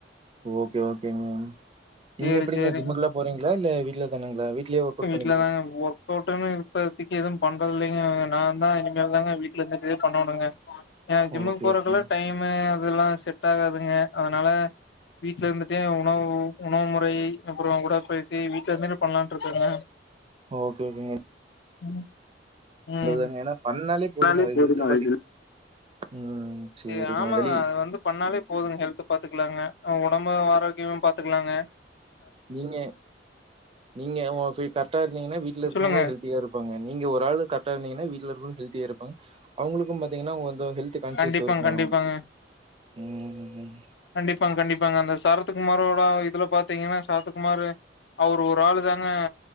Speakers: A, on the right; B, on the left.
A: ஓகே ஓகேங்க
B: சேரி
A: நீங்க எப்பிடிங்க
B: சேரிங்க
A: ஜிம்முக்குல்லா போறெங்ளா இல்ல வீட்லயே தானுங்ளா வீட்லயே ஒர்க்கவுட் பண்ணி
B: இல்லங்க ஒர்க்கவுட்டூனு இப்பாத்தைக்கு எது பண்றதில்லைங்க நாந்தா இனிமேல் தாங்க வீட்ல செஞ்சே பண்ணோனுங்க எனக் ஜிம்முக்
A: ஓகே
B: போறக்குல்லா
A: ஓகேங்க
B: டைமூ அதுல்லா செட் ஆகாதுங்க அதனால வீட்லருந்துட்டே உணவு உணவு முறை அப்பறோ உடற்பயிற்சி வீட்ல இருந்துட்டு பண்லான்ட்ருக்கங்க
A: ஓகே ஓகேங்க
B: உம்
A: அதுதாங்க. ஏன்னா பண்ணாலே
B: னாலே
A: அது
B: போதுங்க
A: ஹெல்த் பார்த்தீங்கன்னா
B: அது
A: ம் சரிங்க.
B: ஏ ஆமாங்க
A: வெளி
B: அது வந்து பண்ணாலே போதுங் ஹெல்த்த பாத்துக்குலாங்க அ ஒடம்ப ஆரோக்யமா பாத்துக்லாங்க
A: நீங்க நீங்க ஓ ஃபீ கரெட்டா இருந்திங்கனா வீட்ல இருக்கவங்களூ
B: சொல்லுங்க
A: ஹெல்த்தியாரு பாங்க நீங்க ஒரு ஆளு கரெட்டா இருந்திங்கனா வீட்ல இருக்கவங்களு ஹெல்தியா இருப்பாங்க அவங்களுக்கு பாத்தெங்கனா கொஞ்சோ ஹெல்த்து கான்ஷியஸ்
B: கண்டிப்பாங்
A: இருக்குங்க
B: கண்டிப்பாங்க
A: ம்,
B: கண்டிப்பாங் கண்டிப்பாங்க அந்த சரத்து குமாரோட இதுல பாத்தெங்கனா சரத்து குமாரு அவரு ஒராளுதாங்க